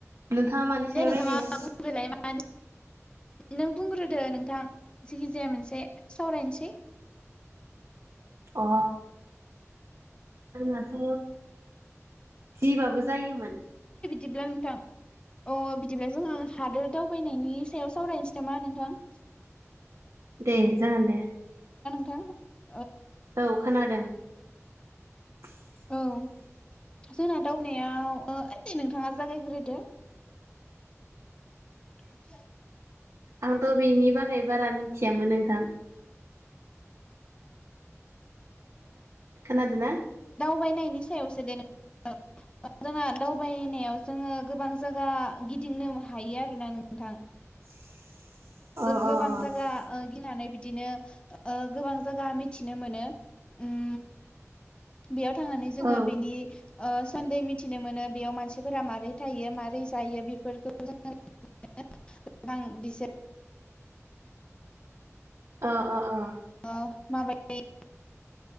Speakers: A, on the right; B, on the left.
A: नोंथाङा मानि सायाव
B: दे नोंथाङा
A: रायलायनो
B: बुंग्रोलाय <inaudible> नों बुंग्रोदो नोंथां जिखिजाया मोनसे सावरायनोसै
A: अ आंनाथ' जिबाबो जायोमोन।
B: जबलांनोथां अ बिदिनो जोङो हादोर दावबायनायनि सायाव सावरायनोसै नामा नोंथां?
A: दे जागोन दे
B: द
A: औ खोनादों। <inaudible>
B: औ जोंना दावनायाव नोंथाङा जागायग्रोदो। आ
A: आंथ' बेनि बागै बारा मिथियामोन नोंथां। खोनादोंनाा
B: फायनायनि सायावसो दनो दाना दावबायनायाव जोङो गोबां जायगा गिदिंनो हायो आरोना नोंथां।
A: <inaudible> अ
B: गोबां
A: अ अ
B: जायगा ओ गिनानै बि नो गोबां जायगा मिथिनो मोनो उम बेयाव थांनानै जोङो
A: औ
B: बेनि ओ सोदै मिथिनो मोनो बेयाव मानसिफोरा माबारै थायो मारै जायो बेफोरखौ जोङो <unintelligible> गोबां बि
A: अ अ अ
B: ओ <unintelligible> माने <unintelligible>